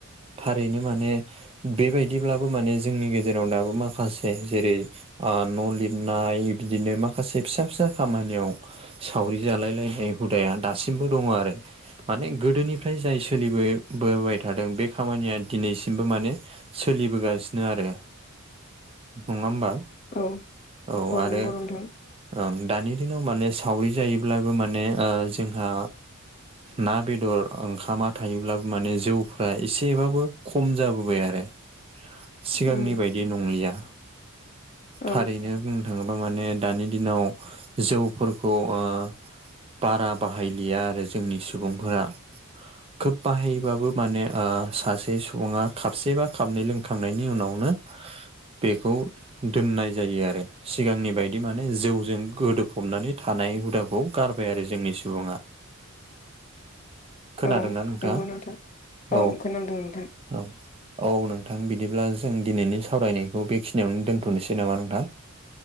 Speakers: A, on the right; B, on the left.
A: थारैनो माने बेबायदिब्लाबो माने जोंनि गेजेराव दाबो माखासे जेरै ओ न' लिरनाय बिदिनो माख खासे फिसा फिसा खामानियाव सावरि जालाय लायनाय हुदाया दासिमबो दङ आरो। माने गोदोनिफ्राय जाय सोलिबो बोबाय थादों बे खामानिया दिनैसिमबो माने सोलिबोगासिनो आरो नङा होमबा।
B: औ
A: औ आरो
B: नंगौ नोंथां
A: ओं दानि दिनाव माने सावरि जायोब्लाबो माने ओ जोंहा ना बेदर ओंखामा थायोब्लाबो माने जौफ्रा एसेबाबो खम जाबोबाय आरो। सिगांनि
B: उम
A: बायदि नंलिया
B: औ
A: थारैनो बुंनो थाङोब्ला माने दानि दिनाव जौफोरखौ ओ बारा बाहायलिया आरो जोंनि सुबुंफोरा। खोब बाहायोबाबो माने ओ सासे सुबुङा खाबसेबा खाबनै लों खांनायनि उनावनो बेखौ दोननाय जायो आरो। सिगांनि बायद दि माने जौजों गोदोफबनानै थानाय हुदाखौ गारबाय आरो जोंनि सुबुङा। खोनादोंना
B: औ
A: नोंथाङा
B: नंगौ नोंथां
A: औ।
B: खोनादों नोंथां
A: औ औ नोंथां बिदिब्ला जों दिनैनि सावरायनायखौ बेखिनियावनो दोनथ'नोसै नामा नोंथां।